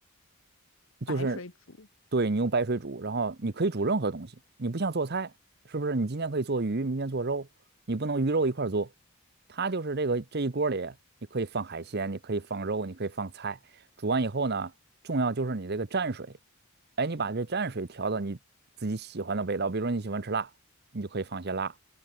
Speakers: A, on the left; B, on the right.
A: 白水煮
B: 就是对你用白水煮，然后你可以煮任何东西，你不像做菜，是不是？你今天可以做鱼，明天做肉，你不能鱼肉一块儿做。它就是这个这一锅里，你可以放海鲜，你可以放肉，你可以放菜。煮完以后呢，重要就是你这个蘸水，哎，你把这蘸水调到你自己喜欢的味道，比如说你喜欢吃辣，你就可以放些辣，